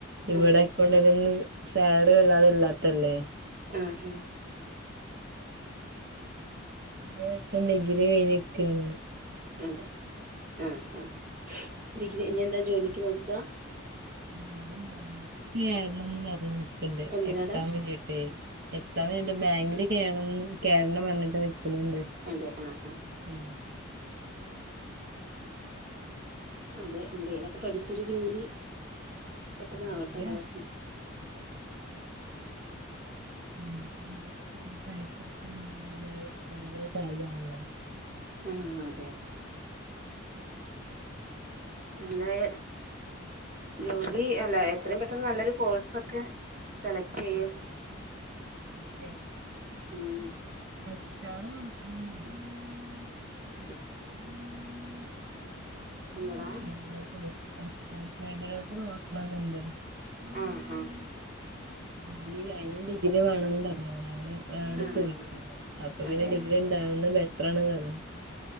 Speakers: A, on the right; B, on the right.
A: ഇവ്ടെ
B: അതെ ആഹ് അതെ
A: അക്കൗണ്ടന്റ്ന് ഒന്നും സാലറി വല്ലാതെ ഇല്ലാത്തല്ലേ
B: ആഹ് ആഹ്
A: ഒര് എട്ടൻ ഡിഗ്രി കഴിഞ്ഞ് ക്കാണ്
B: അതെ ആ ആ ഡിഗ്രി കഴിഞ്ഞെന്താ ജോലിയ്ക്ക് നോക്കാ
A: അവൻ ബേങ്ക്ക്ക്‌ കേര്ണം ന്നും പർഞ്ഞ് നിക്ക്ണ്ട്
B: എന്തിനാടാ
A: എക്സാം കയ്ഞ്ട്ടേയ് എക്സാം കയ്ഞ്ട്ട് ബേങ്കില് കേർ കേര്ണം പർഞ്ട്ട് നിക്ക്ന്ന്ണ്ട്
B: അതെ ആ ആ
A: ഉം
B: അതെ എന്തേലൊക്കെ പഠിച്ചൊരു ജോലി പെട്ടെന്നാവട്ടെ
A: ജോലിയാണ്
B: എല്ലാർക്കും
A: അവനോൽക്ക് അവന് ആവശ്യത്തിന് പൈസ കിട്ടാന്ന് പർഞ്ഞാ നല്ലൊര് നല്ലൊര് കാര്യാൺള്ളോ
B: ആ അതെ ല്ലേ ജോലി അല്ല എത്രയും പെട്ടെന്ന് നല്ലൊരു കോഴ്സൊക്കെ സെലക്റ്റ് ചെയ്യ്
A: ആഹ് ഓക്കെ
B: ഉം
A: <unintelligible>
B: <unintelligible>
A: എച്ചാർ
B: എന്താടാ
A: ഫീൽഡ്ലോട്ടെ എച്ചാർ ഫീൽഡിലോട്ട് നോക്കണംന്ന്ണ്ട്
B: ആഹ് ആഹ്
A: ഡിഗ്രി അയിനും ഡിഗ്രി വേണം ന്താ ഞാൻ ഒരാളോട്
B: ആഹ്
A: ചോയിച്ചിന്നു അപ്പൊ പിന്നെ
B: അതെ
A: ഡിഗ്രി ഇണ്ടാവുന്നത് ബെറ്ററാണ് പറഞ്ഞു